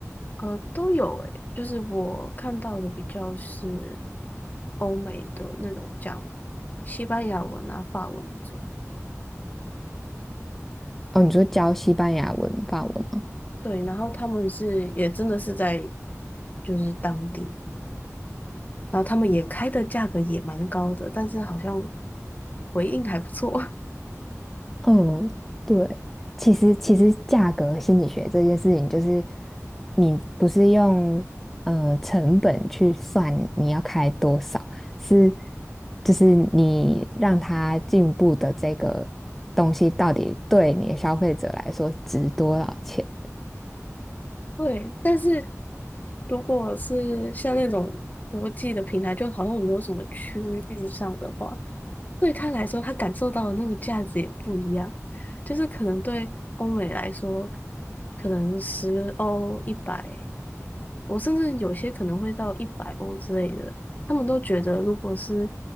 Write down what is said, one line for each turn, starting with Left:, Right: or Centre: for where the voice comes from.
Left: 呃，都有诶，就是我看到的比较是欧美的那种讲西班牙文啊、法文那种，
Centre: 哦，你说教西班牙文、法文吗？
Left: 对，然后他们是也真的是在就是当地。然后他们也开的价格也蛮高的，但是好像回应还不错。
Centre: 嗯，对，其实其实价格心理学这件事情，就是你不是用呃成本去算你要开多少，是就是你让它进步的这个东西到底对你的消费者来说值多少钱？
Left: 对，但是如果是像那种国际的平台，就好像没有什么区域上的话，对他来说，他感受到的那个价值也不一样。就是可能对欧美来说，可能十欧、一百，我甚至有些可能会到一百欧之类的，他们都觉得如果是